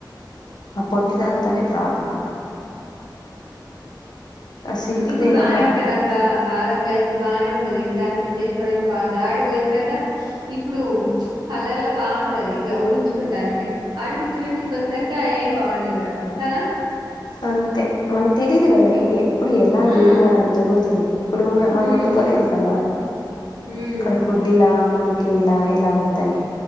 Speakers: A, on the left; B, on the right.
A: ఆ పొట్టిదాన్ తోనే ప్రాబ్లం ఆ సిల్క్
B: ఇప్పుడు
A: దైనా
B: బానే
A: పర్లే
B: ఉంటదక్క కాదక్క కాదిప్పుడు బానే ఉంటది ఇంటి అనికి చేసుకోవడానికి బాగుంటుంది ఆడి పోయిన తర్వాత ఇప్పుడు కలల్లో బాగుంటది ఇట్లా ఊహించుకుంటానికి ఆడ సిచ్యువేషన్ కి వచేసరికి ఏం బాగుండదు కదా
A: అంతే మనక్ తెలిదు కద రా అయ్యి ఇప్పుడు ఎలా
B: ఆ
A: ఏది మరి అంత కూడా తెలియదు ఇప్పుడు మనం
B: ఉమ్
A: అనుకోలేదు కదా
B: ఉమ్
A: ఇక్కడ ఫుడ్ ఇలా మనకి ఇలా ఇలా వద్దని